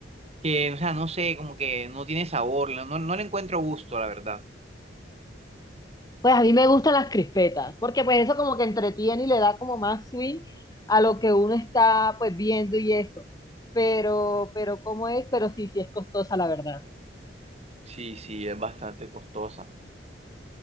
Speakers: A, on the right; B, on the left.
A: que, o sea, no sé, como que no tiene sabor, no, no le encuentro gusto, la verdad.
B: Pues a mí me gustan las crispetas, porque pues eso como que entretiene y le da como más swing a lo que uno está pues viendo y eso. Pero, pero ¿cómo es? Pero sí, sí es costosa, la verdad.
A: Sí, sí, es bastante costosa.